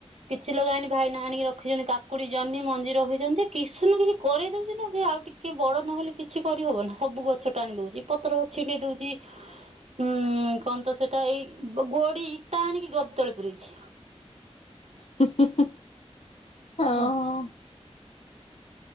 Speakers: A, on the right (about 70°); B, on the left (about 75°).
A: କିଛି ଲଗା ହେଇନି ଭାଇନା ଆଣିକି ରଖିଛନ୍ତି କାକୁଡି ଜହ୍ନି ମଞ୍ଜି ରଖିଛନ୍ତି ଯେ କିଛିନୁ କିଛି କରି ଦଉଛି ନା ସେ ଆଉ ଟିକେ ବଡ ନହେଲେ କିଛି କରିହବ ନା ସବୁ ଗଛ ଟା ଆଣି ଦଉଛି ପତ୍ର ଗ ଛିଟେଇ ଦଉଛି ଉଁ କହ ତ ସେଟା ଏଇ ଗୋଡି ଇଟା ଆଣିକି ଗଦଳ ପରେଛି
B: <unintelligible> ହଁ
A: ହେଲା
B: ହଁ।